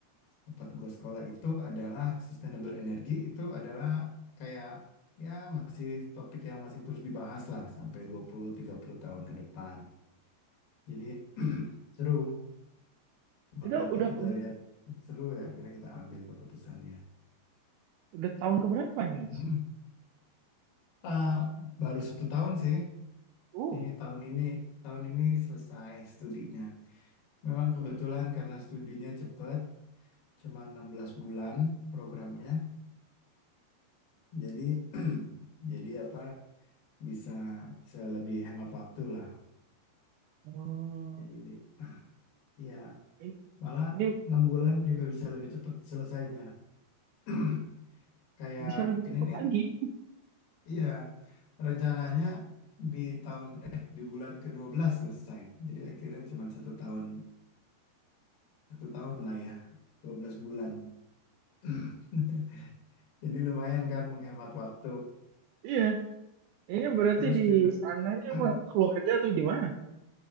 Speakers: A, on the left; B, on the right.
A: tempat gue sekolah itu adalah sustainable energy itu adalah kayak ya masih topik yang masih terus dibahas lah sampai dua puluh tiga puluh tahun ke depan. Jadi seru.
B: <laughs>
A: Makanya
B: Itu udah
A: kita
B: udah
A: lihat seru ya, akhirnya kita ambil keputusannya.
B: udah tahun keberapa
A: Hmm.
B: nih Mas?
A: Ah, baru satu tahun sih.
B: Oh,
A: Ini tahun ini tahun ini selesai studinya. Memang kebetulan karena studinya cepat, cuma 16 bulan programnya. Jadi <clears throat> jadi apa bisa bisa lebih hemat waktu lah.
B: oh.
A: Jadi di- ya
B: Ini,
A: malah
B: ini
A: 6 bulan juga bisa lebih cepat selesainya. <clears throat> Kayak
B: bisa lebih
A: ini
B: cepat
A: nih
B: lagi.
A: iya rencananya di tahun eh di bulan ke belas selesai. Jadi akhirnya cuma satu tahun satu tahun lah ya, 12 bulan. <clears throat> Jadi lumayan kan menghemat waktu.
B: Iya. Ini berarti
A: Terus
B: di
A: juga
B: sananya
A: <clears throat>
B: sama keluarga atau di mana?